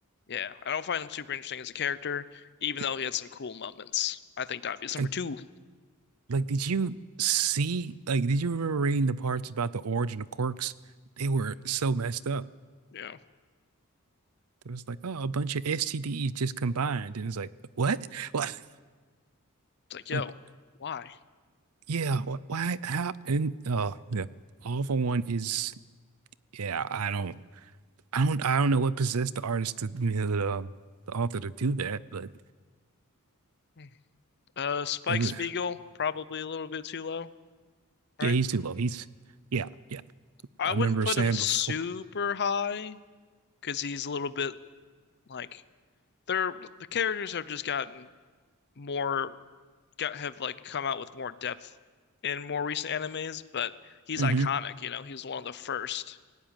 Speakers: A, on the left (about 50°); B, on the right (about 80°).
A: yeah, I don't find him super interesting as a character even
B: Th-
A: though he had some cool moments. I think Dabi is number
B: Like,
A: 2.
B: like, did you see? Like, did you remember reading the parts about the origin of quirks? They were so messed up.
A: You know,
B: There was like, oh, a bunch of STDs just combined, and it's like, what? <laughs> What?
A: it's like, yo,
B: Like,
A: why?
B: Yeah, wh- why how and oh yeah. All for One is yeah, I don't I don't I don't know what possessed the artist to you know, the um, the author to do that, but
A: Hmm. Uh Spike
B: that was
A: Spiegel probably a little bit too low, right?
B: yeah, he's too low. He's yeah, yeah.
A: I
B: I remember
A: wouldn't put
B: saying
A: him super
B: before.
A: high because he's a little bit like they're the characters have just gotten more got have like come out with more depth in more recent animes, but he's
B: hmm
A: iconic, you know, he's one of the first.